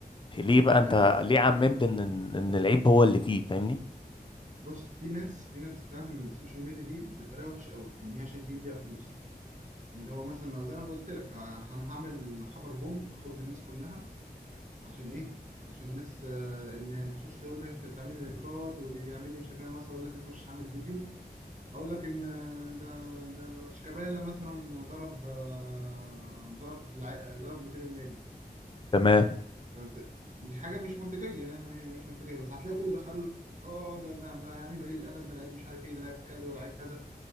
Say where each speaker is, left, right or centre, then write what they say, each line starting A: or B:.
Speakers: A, on the left (about 30°); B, on the right (about 45°).
A: ليه بقى
B: انا
A: انت
B: فاهم بس
A: ليه عممت ان ان إن العيب هو اللي فيه فاهمني
B: بص في ناس في ناس بتستخدم السوشيال ميديا دي بطريقه وحشه قوي ان هي عشان تجيب بيها فلوس اللي هو مثلا زي ما قلت لك ه- انا هعمل خبر بوم اخد الناس كلها عشان ايه عشان الناس آه، اللي تخش تقول لك تعمل لي لايكات واللي يعمل لي مش عارف إيه. أنا مثلا اقول لك اخش اعمل فيديو اقول لك ان آه، ده ده شيكابالا مثلا ضرب آه، ضرب الع- آه، ضرب مدير النادي
A: تمام
B: فانت دي حاجه مش منطقيه يعني م- مش منطقيه بس هتلاقي كله دخل اه ده ده ده لعيب قليل الادب ده لعيب مش عارف ايه ده لعيب كذا ده لعيب كذا